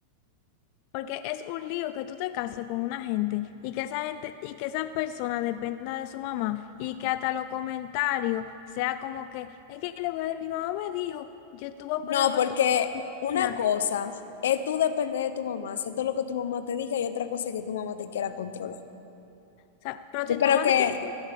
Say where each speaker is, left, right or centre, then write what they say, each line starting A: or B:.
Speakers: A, on the left; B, on the left.
A: Porque es un lío que tú te cases con una gente y que esa gente y que esa persona dependa de su mamá y que hasta los comentarios sea como que es que le voy a, mi mamá me dijo, yo te voy
B: No,
A: a poner algo
B: porque
A: en tu imagínate.
B: una cosa
A: O
B: es tú depender de tu mamá, hacer todo lo que tu mamá te diga y otra cosa es que tu mamá te quiera controlar.
A: sea, pero si
B: Yo creo
A: tu mamá
B: que,
A: te quiere